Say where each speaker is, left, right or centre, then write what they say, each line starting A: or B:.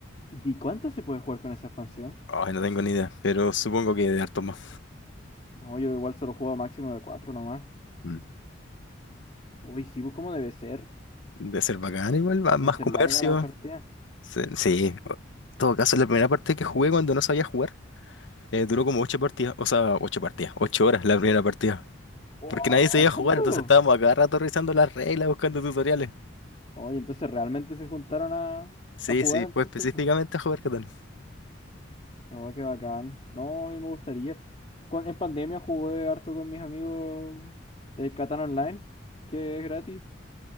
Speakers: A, on the left (about 30°); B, on the left (about 70°).
A: ¿y cuánto se puede jugar con esa expansión?
B: Ay, no tengo ni idea, pero supongo que de hartos más.
A: No, yo igual solo juego máximo de cuatro nomás.
B: Mm.
A: Uy, sí, pues, ¿cómo debe ser?
B: Debe ser bacán igual,
A: Deben
B: va- más
A: deben ser
B: comercio.
A: largas las partidas.
B: Sí, sí. en todo caso, la primera parte que jugué cuando no sabía jugar, eh, duró como ocho partidas, o sea, ocho partidas, ocho horas la primera partida.
A: ¡Wow!
B: Porque nadie sabía
A: ¿Tanto?
B: jugar, entonces estábamos a cada rato revisando las reglas, buscando tutoriales.
A: Oye, entonces realmente se juntaron a,
B: Sí,
A: a jugar
B: sí,
A: entonces.
B: fue específicamente
A: pues.
B: a jugar Catán.
A: Oh, qué bacán. No, a mí me gustaría. Cuan- en pandemia jugué harto con mis amigos el Catán Online, que es gratis.